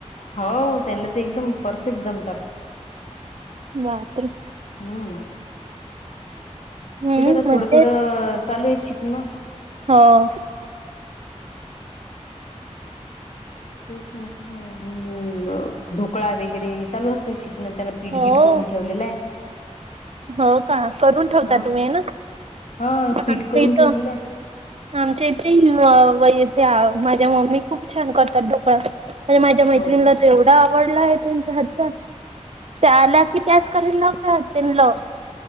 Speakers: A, on the left; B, on the right.
A: हो त्यांना ते एकदम परफेक्ट जमतात.
B: बापरे.
A: हम्म
B: हम्म
A: ते ज
B: मज्जा
A: थोडं थोडं चालू आहे शिकन.
B: हा.
A: तेच म हा. हम्म ढोकळा वगैरे चालू असते शिकणं त्यांना पिठगीट
B: हो
A: करून ठेवलेला आहे.
B: हो का करून ठेवता
A: ह
B: तुम्ही हेना
A: ह
B: आमच्या
A: पीठ करून
B: इथ.
A: ठेवलेलं आहे
B: आमच्या इथे व माझ्या मम्मी खूप छान करतात ढोकळा. म्हण माझ्या मैत्रिणीला
A: हो का
B: तेव आवडला आहे त्यांच्या हातचा त्या आला की त्याच कयला लागता त्यां ल